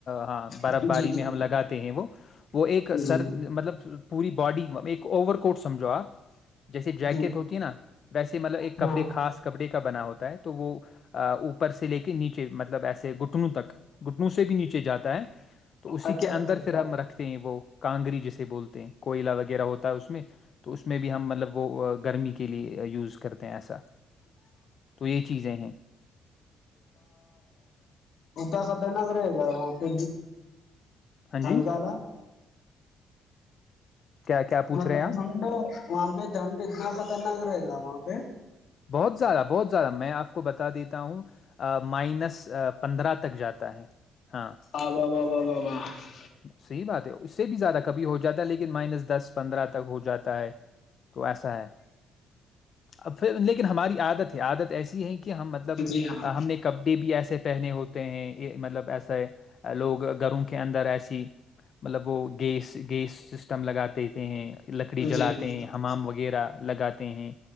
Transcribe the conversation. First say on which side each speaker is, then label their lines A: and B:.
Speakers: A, on the left (about 45°); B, on the left (about 60°).
A: ہاں برف
B: جی
A: باری
B: جی
A: میں ہم لگاتے ہیں وہ وہ ایک
B: جی
A: سر
B: جی
A: مطلب پوری باڈی اوور کوٹ سمھو آپ جیسے جیکٹ
B: جی
A: ہوتی ہے نا ویسے مطلب ایک کپڑے
B: ہاں
A: خاص کپڑے کا بنا ہوتا ہے تو وہ اوپر سے لے کے نیچے مطلب ایسے گٹ گٹنوں تک گھٹنوں سے بھی نیچے جاتا ہے تو
B: اچھا
A: اسی کے
B: اچھا
A: اندر
B: اچھا
A: پھر ہم رکھتے ہیں وہ کانگری جسے بولتے ہیں کوئلا وغیرہ ہوتا اس میں تو اس میں بھی ہم مطلب وہ گرمی کے کے لیے یوز کرتے ہیں ایسا تو یہ چیزیں ہیں
B: اد خطر نک رہے گا وہاں پہ
A: ہاں
B: ٹھنگال
A: جی کیا کیا پوچھ
B: ہ
A: رہے
B: تو
A: ہیں آپ
B: دھنڈ وہاں پہ دنڈ اتنا خطرناک رہے گا وہاں پہ
A: بہت زیادہ بہت زیادہ میں آپ کو بتا دیتا ہوں مائنس پندرہ تک جاتا ہے ہاں
B: آ واہ واہ واہ واہ واہ
A: صحیح بات ہے اس سے بھی زیادہ کبھی ہو جاتا ہے لیکن مائنس دس پندرہ تک ہو جاتا ہے تو ایسا ہے اب لیکن ہماری عادت ہے عادت ایسی ہیں کہ ہم مطلب
B: جی ہاں
A: ہم نے کپڑے بھی ایسے پہنے ہوتے ہیں مطلب ایسا لوگ گھروں کے کے اندر ایسی مطلب وہ گیس گیس سسٹم لگا دیتے ہیں لکڑی جلاتے
B: جی ہاں
A: ہیں ہمام وغیرہ لگات ہیں